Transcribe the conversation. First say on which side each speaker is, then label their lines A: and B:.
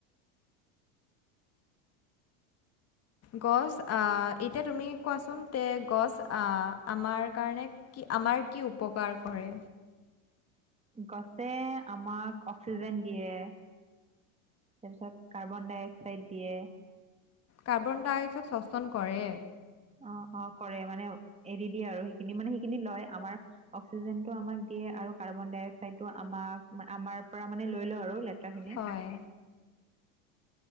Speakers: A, on the left; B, on the right.
A: গছ, আ এতিয়া তুমি কোৱাচোন তে গছ আমাৰ কাৰণে- কি আমাৰ কি উপকাৰ কৰে?
B: গছে আমাক অক্সিজেন দিয়ে। তাৰপিছত কাৰ্বন ডাই অক্সাইড দিয়ে।
A: কাৰ্বন ডাই অক্সাইড শ্বশন কৰে।
B: অঁ, অঁ, কৰে মানে এৰি দিয়ে আৰু সেইখিনি মানে সেইখিনি লয় আমাৰ- আমাক দিয়ে আৰু কাৰ্বন ডাই আমাক আমাৰ পৰা মানে লৈ লওঁ আৰু লেতেৰা খিনি।
A: হয়।